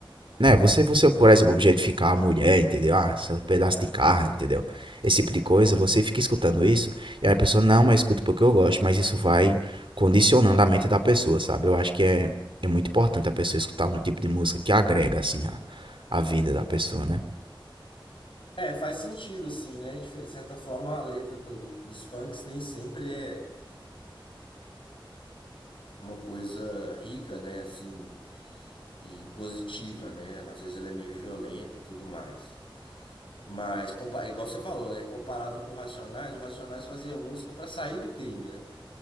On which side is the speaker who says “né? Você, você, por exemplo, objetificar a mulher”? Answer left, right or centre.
Right